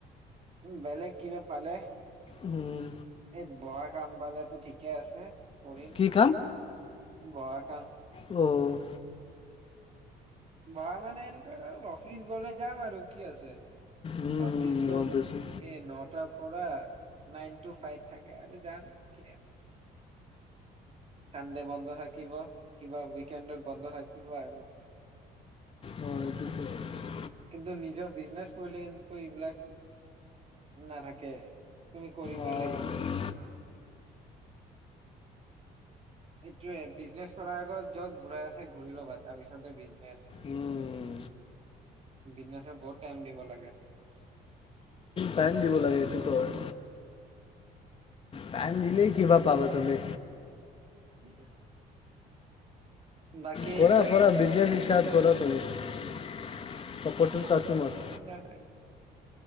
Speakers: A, on the right (about 35°); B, on the left (about 35°).
A: উ, বেলেগ কিবা পালে।
B: উম।
A: এই বহা কাম পালেতো ঠিকে আছে, কৰিম
B: কি কাম
A: বহা কাম।
B: অ'
A: বহা মানে এনেকুৱা অফিচ গলে যাম আৰু কি আছে।
B: উম,
A: অফিচত
B: গম পাইছোঁ
A: এই নটাৰ পৰা নাইন টু ফাইভ থাকে আৰু যাম কি আৰু। চানডে বন্ধ থাকিব, কিবা উইকেন্দত বন্ধ থাকিব আৰু
B: অ', এইটো <unintelligible>
A: কিন্তু নিজৰ বিজনেছ কৰিলে কিন্তু এইবিলাক নাথাকে তুমি কৰিবই
B: অ',
A: লাগিব। এইটোয়ে বিজনেছ কৰাৰ আগত য'ত ঘূৰা আছে, ঘূৰি ল'বা, তাৰ পিছতহে বিজনেচ।
B: উম,
A: বিজনেচত বহুত টাইম দিব লাগে।
B: টাইম দিব লাগে এইটোটো হয়। টাইম দিলেই কিবা পাবা তুমি।
A: <unintelligible> বাকী
B: কৰা
A: এতিয়া
B: কৰা
A: তুমি
B: বিজনেচ ষ্টাৰ্ট কৰা তুমি। চাপৰ্টত
A: তাত
B: আছো
A: এতিয়া
B: মই,
A: আৰু নাই